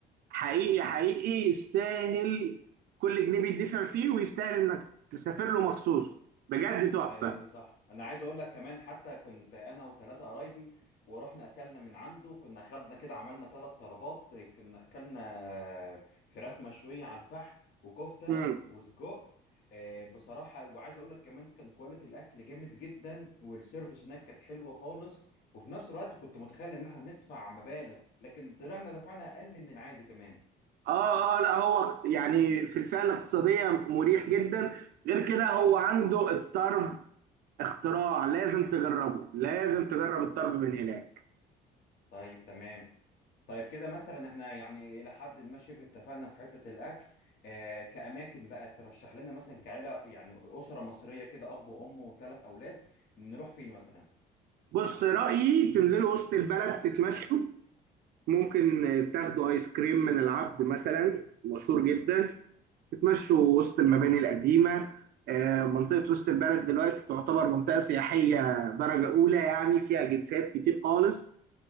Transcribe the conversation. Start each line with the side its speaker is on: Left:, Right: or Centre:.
Right: حقيقي حقيقي يستاهل كل جنيه بيدفع فيه ويستاهل انك تسافر له مخصوص بجد تحفه
Left: هي صح انا عايز اقول لك كمان حتى كنت انا وثلاثه قرايبي ورحنا اكلنا من عنده كنا خدنا كده عملنا ثلاث طلبات كنا اكلنا فراخ مشويه على الفحم وكفته
Right: مم.
Left: وسجق آه، بصراحه وعايز اقول لك كمان كان كواليتي الاكل جامد جدا والسيرفيس هناك كانت حلوه خالص وفي نفس الوقت كنت متخيل ان احنا ندفع مبالغ لكن طلعنا دفعنا اقل من العادي كمان
Right: اه اه لا هو اقت- يعني في الفئه الاقتصاديه مريح جدا غير كده هو عنده الطرب اختراع لازم تجربه لازم تجرب الطرب من هناك
Left: طيب تمام طيب كده مثلا احنا يعني الى حد ما شبه اتفقنا في حته الاكل آه كاماكن بقى ترشح لنا مثلا كعيله يعني اسره مصريه كده اب وام وثلاث اولاد نروح فين مثلا
Right: بص رأيي تنزلوا وسط البلد تتمشوا ممكن تاخدوا ايس كريم من العبد مثلا مشهور جدا تتمشوا وسط المباني القديمة آه، منطقة وسط البلد دلوقتي تعتبر منطقة سياحية درجة أولى يعني فيها جنسات كتير خالص